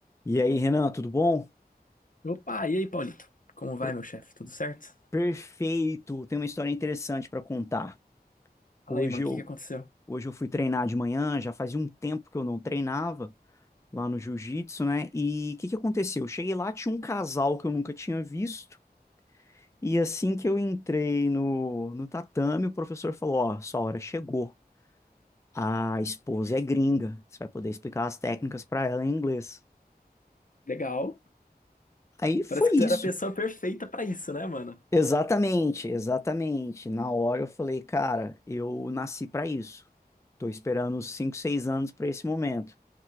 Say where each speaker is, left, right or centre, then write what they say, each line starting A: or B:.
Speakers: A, on the left (about 15°); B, on the left (about 55°).
A: E aí, Renan, tudo bom?
B: Opa, e aí, Paulito? Como vai,
A: Per-
B: meu chefe? Tudo certo?
A: perfeito. Tem uma história interessante para contar.
B: Fala
A: Hoje
B: aí, mano,
A: eu,
B: o que que aconteceu?
A: hoje eu fui treinar de manhã, já fazia um tempo que eu não treinava lá no jiu-jitsu, né? E o que que aconteceu? Eu cheguei lá, tinha um casal que eu nunca tinha visto. E assim que eu entrei no, no tatame, o professor falou: Ó, sua hora chegou. A esposa é gringa. Você vai poder explicar as técnicas para ela em inglês.
B: Legal.
A: Aí foi
B: Parece que
A: isso.
B: tu era a pessoa perfeita pra isso, né, mano?
A: Exatamente, exatamente. Na hora eu falei, cara, eu nasci pra isso. Tô esperando uns 5, 6 anos pra esse momento.